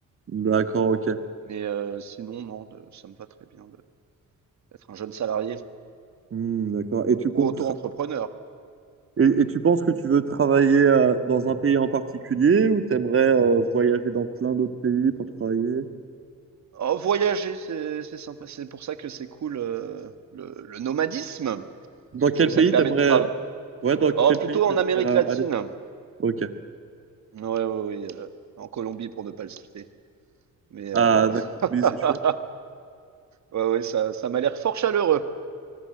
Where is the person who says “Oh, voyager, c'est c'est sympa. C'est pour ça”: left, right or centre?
Right